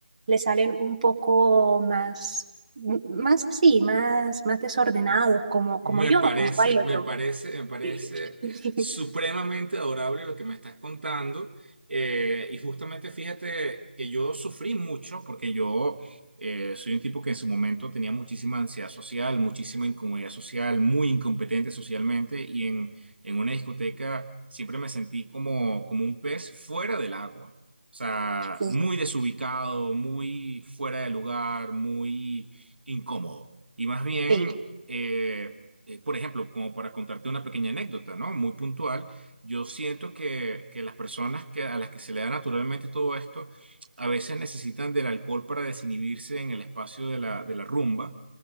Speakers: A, on the right; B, on the right.
A: le salen un poco más, m- más así, más, más desordenados, como,
B: Me
A: como yo,
B: parece,
A: como bailo
B: me
A: yo.
B: parece, me parece
A: Sí, <laughs>
B: supremamente adorable lo que me estás contando. Eh, y justamente fíjate que yo sufrí mucho porque yo eh, soy un tipo que en su momento tenía muchísima ansiedad social, muchísima incomodidad social, muy incompetente socialmente y en, en una discoteca siempre me sentí como, como un pez fuera del agua. O sea,
A: sí,
B: muy desubicado, muy fuera de lugar, muy incómodo. Y más bien...
A: sí,
B: eh, eh, por ejemplo, como para contarte una pequeña anécdota, ¿no? Muy puntual, yo siento que, que las personas que, a las que se le da naturalmente todo esto, a veces necesitan del alcohol para desinhibirse en el espacio de la, de la rumba